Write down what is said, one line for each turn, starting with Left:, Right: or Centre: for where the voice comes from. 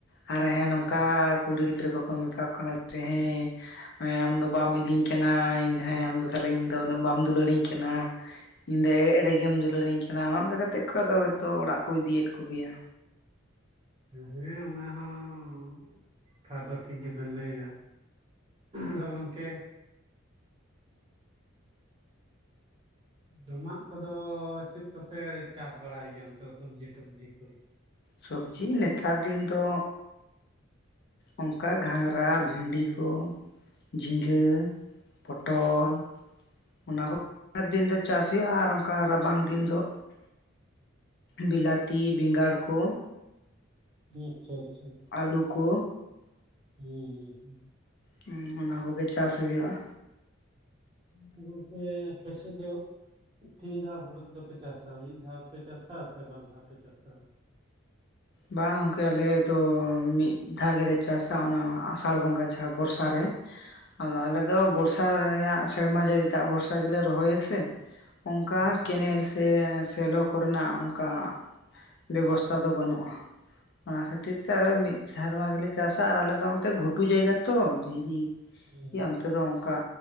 Left: ᱟᱨ ᱦᱮᱸ ᱱᱚᱝᱠᱟ
Right: ᱦᱩᱸ
Left: ᱠᱩᱲᱤ ᱜᱤᱫᱽᱨᱟᱹ ᱠᱚᱠᱚ ᱢᱮᱛᱟ ᱠᱚ ᱠᱟᱱᱟ ᱡᱮ ᱦᱮᱸ ᱦᱮ ᱟᱢ ᱫᱚ ᱵᱟᱢ ᱤᱫᱤᱧ ᱠᱟᱱᱟ ᱤᱧ ᱦᱮ ᱟᱢᱫᱚ ᱠᱷᱟᱞᱤ ᱤᱧ ᱫᱚ ᱩᱱᱟᱹᱜ ᱵᱟᱢ ᱫᱩᱞᱟᱹᱲᱤᱧ ᱠᱟᱱᱟ᱾ ᱧᱤᱫᱟᱹ ᱮᱲᱮ ᱮᱲᱮ ᱜᱮᱢ ᱫᱩᱞᱟᱹᱲᱤᱧ ᱠᱟᱱᱟ ᱚᱱᱮ ᱚᱱᱠᱟ ᱠᱟᱛᱮᱫ ᱠᱚ ᱚᱲᱟᱜ ᱠᱚ ᱤᱫᱤᱭᱮᱫ ᱠᱚᱜᱮᱭᱟ
Right: ᱦᱮᱸ ᱚᱱᱟ ᱦᱚᱸ ᱠᱟᱛᱷᱟ ᱫᱚ ᱴᱷᱤᱠ ᱜᱮᱵᱮᱱ ᱞᱟᱹᱭᱫᱟ ᱟᱫᱚ ᱜᱚᱝᱠᱮ ᱡᱚᱢᱟᱜ ᱠᱚᱫᱚ ᱪᱮᱫ ᱠᱚᱯᱮ ᱪᱟᱥ ᱵᱟᱲᱟᱭ ᱜᱮᱭᱟ ᱚᱱᱛᱮ ᱥᱚᱵᱡᱤ ᱴᱚᱵᱡᱤ ᱠᱚ᱾
Left: ᱥᱚᱵᱡᱤ ᱱᱮᱛᱟᱨ ᱫᱤᱱ ᱫᱚ ᱚᱝᱠᱟ ᱜᱷᱟᱸᱜᱽᱨᱟ ᱵᱷᱤᱰᱤ ᱠᱚ᱾ ᱡᱷᱤᱸᱜᱟᱹ ᱯᱚᱴᱚᱞ᱾ ᱚᱱᱟ ᱠᱚ <unintelligible> ᱫᱤᱱ ᱫᱚ ᱪᱟᱥ ᱦᱩᱭᱩᱜᱼᱟ ᱟᱨ ᱚᱱᱠᱟ ᱨᱟᱵᱟᱝ ᱫᱤᱱ ᱫᱚ ᱵᱤᱞᱟᱛᱤ ᱵᱤᱜᱟᱲ ᱠᱚ
Right: ᱟᱪᱷᱟ ᱟᱪᱪᱷᱟ᱾
Left: ᱟᱹᱞᱩ ᱠᱚ
Right: ᱦᱩ ᱦᱩ ᱦᱩ
Left: ᱦᱩᱸ ᱚᱱᱟ ᱠᱚᱜᱮ ᱪᱟᱥ ᱦᱩᱭᱩᱜᱼᱟ
Right: ᱜᱚᱝᱠᱮ ᱟᱯᱮ ᱥᱮᱫ ᱫᱚ ᱛᱤᱱ ᱫᱷᱟᱣ ᱦᱳᱲᱳ ᱠᱚᱫᱚᱯᱮ ᱪᱟᱥᱟ ᱢᱤᱫ ᱫᱷᱟᱣ ᱯᱮ ᱪᱟᱥᱟ ᱥᱮ ᱵᱟᱨ ᱫᱷᱟᱣ ᱯᱮ ᱪᱟᱥᱟ
Left: ᱵᱟᱝ ᱜᱚᱝᱠᱮ ᱟᱞᱮ ᱫᱚ ᱢᱤᱫ ᱫᱷᱟᱣ ᱜᱮᱞᱮ ᱪᱟᱥᱟ ᱚᱱᱟ ᱟᱥᱟᱲ ᱵᱚᱸᱜᱟ ᱡᱟᱦᱟᱸ ᱵᱚᱨᱥᱟ ᱨᱮ᱾
Right: <inaudible>
Left: ᱟᱫᱚ ᱟᱞᱮ ᱫᱚ ᱵᱚᱨᱥᱟ ᱨᱮᱭᱟᱜ ᱥᱮᱨᱢᱟ ᱡᱟᱹᱲᱤ ᱫᱟᱜ ᱵᱷᱚᱨᱥᱟ ᱜᱮᱞᱮ ᱨᱚᱦᱚᱭᱟᱥᱮ᱾ ᱚᱱᱠᱟ
Right: ᱦᱮᱸ
Left: ᱠᱮᱱᱮᱞ ᱥᱮ ᱥᱮᱞᱚ ᱠᱚᱨᱮᱱᱟᱜ ᱚᱱᱠᱟ ᱵᱮᱵᱚᱥᱛᱟ ᱫᱚ ᱵᱟᱹᱱᱩᱜᱼᱟ ᱚᱱᱟ ᱠᱷᱟᱹᱛᱤᱨ ᱛᱮ ᱟᱞᱮ ᱫᱚ ᱢᱤᱫ ᱥᱮᱨᱢᱟ ᱜᱮᱞᱮ ᱪᱟᱥᱟ ᱟᱨ ᱟᱞᱮᱫᱚ ᱚᱱᱛᱮ ᱜᱷᱩᱴᱩ ᱡᱟᱭᱜᱟ ᱛᱚ ᱫᱷᱤᱨᱤ
Right: ᱦᱮᱸ
Left: ᱮᱭᱟ ᱚᱱᱛᱮ ᱫᱚ ᱚᱱᱠᱟ